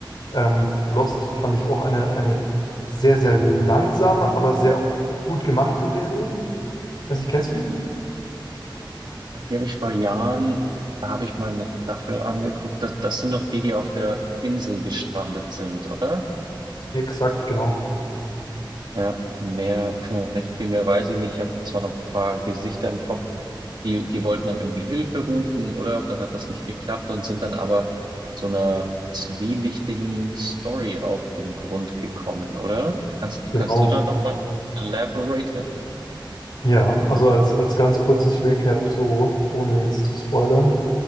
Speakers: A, on the left; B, on the right.
A: ähm, Lost fand ich auch eine, eine sehr, sehr langsame, aber sehr gut gemachte Serie. Weiß nicht, kennst du die?
B: die habe ich vor Jahren, da habe ich mal eine Staffel angeguckt. Das, das sind doch die, die auf der Insel gestrandet sind, oder?
A: Exakt, genau.
B: Ja, mehr, <laughs> recht viel mehr weiß ich nicht. Ich habe zwar noch ein paar Gesichter im Kopf, die, die wollten dann irgendwie Hilfe rufen, oder? Und dann hat das nicht geklappt und sind dann aber so einer zwielichtigen Story auf den Grund gekommen, oder? Kannst, du- kannst
A: Genau.
B: du da nochmal elaboraten?
A: Ja, also als, als ganz kurzes Recap, so ohne jetzt zu spoilern.